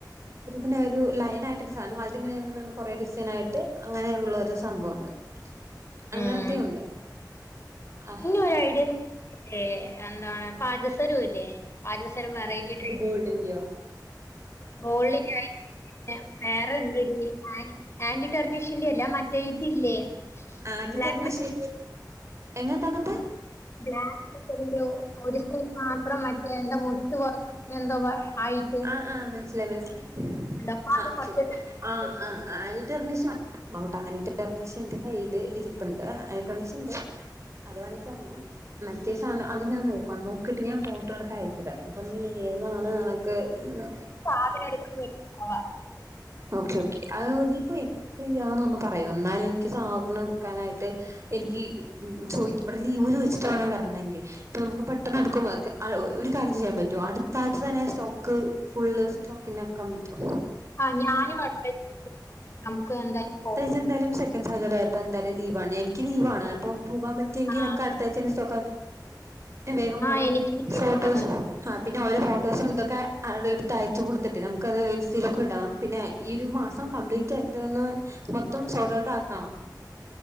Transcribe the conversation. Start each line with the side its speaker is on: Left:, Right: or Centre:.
Right: ഒരുപിന്നെ ഒരു ലയനായിട്ടൊരുസാനം അയിലിങ്ങനെങ്ങനെ കൊറെ ഡിസൈനായിട്ട് അങ്ങനെ ഉള്ളോരു സംഭവുണ്ട് അങ്ങനത്തെഉണ്ട്
Left: ഉം
Right: ആഹ്.
Left: ഒരയിഡിയ എന്താണ് പാദസ്വരുല്ലേ പാദസരം വെറൈറ്റിട്ട്
Right: ഗോൾഡിന്റിയോ
Left: ഗോൾ <unintelligible> വേറെണ്ടടി ആ ആന്റി ടെർണീഷ്യന്റെല്ല മറ്റേ ഇതില്ലേ
Right: ആന്റിറ്റെർണിഷ്
Left: ബ്ലാക്ക്
Right: എങ്ങത്ത, അങ്ങത്ത
Left: ബ്ലാ <unintelligible> ഒരു സൈട് മാത്രം മറ്റേ എന്താ മുത്ത് പോ എന്തോ ആയിട്ട് ഉണ്ട്.
Right: ആഹ്, ആഹ് മനസ്സിലായി, മനസിലായി.
Left: അപ്പൊ
Right: ആ
Left: അത് കുറച്ച്
Right: ശരി ആ, ആഹ്. ആനിടെർണിഷ് <unintelligible> ആനിടെർണിഷ് എന്റെ കയ്യില് ഇര്പ്പ്ണ്ട്. അന്റിടെർണിഷ്ണ്ട് അത് വേണെങ്കിപറഞ്ഞോ. മറ്റേ സാനം അത് ഞാൻ നോക്കണ് നോക്കിട്ട് ഞാൻ ഫോട്ടോ എടുത്ത് അയച്ചു തരാം അപ്പൊ നീ ഏതാണ് നെ ക്ക് ഉം.
Left: സാധന എടുക്ക് <unintelligible>
Right: ഓക്കെ, ഓക്കെ അത് നീപ്പൊ ഫ്രീയാണോന്നു പറയൊ എന്നാല് എനിക്ക് സാധനം എടു ക്കാനായിട്ട് എനിക്ക് ഉം ചോയിക്ക് ഇവിടെ ലീവ് ചോയിച്ചിട്ട് വേണം വരണെങ്കി. ഇപ്പൊ നമുക്ക് പെട്ടെന്ന് എടുക്ക് പ കെ അ ഒരു കാര്യം ചെയ്യാൻ പറ്റു അടുത്താഴ്ചന്നെ സ്റ്റോക്ക് ഫുള്ള് സ്റ്റോക്കിനാക്കാം പറ്റോ.
Left: ആഹ് ഞാനും അടെ നമുക്ക് എന്തായാലും പോ
Right: ഇച്ന്തായാലും സെക്കൻ്സാറ്റർഡേ ആയിപ്പ ന്തായാലും ലീവാണ്, എനിക്ക് ലീവാണ്. അപ്പൊ പോകാൻപറ്റ് ങ്കി
Left: ആ
Right: നമുക്ക് അടുത്ത ആയിച്ചന്നെ സ്റ്റോക്കാ റ്റ് വേഗം
Left: ആ
Right: ഓരോ
Left: എനിക്ക് ലീവാണ്.
Right: ഫോട്ടോസ് ആ പിന്നെ ഓരോ ഫോട്ടോസുംതൊക്കെ അ എട്ത്ത് അയച്ചു കൊടുത്തിട്ടെ നമുക്കത് ഇൻസ്റ്റെല് പിന്നെ ഈ ഒരു മാസം കംപ്ലീറ്റേന്റെന്ന് മൊത്തം സോർട്ട് ഔട്ട് ആക്കണം.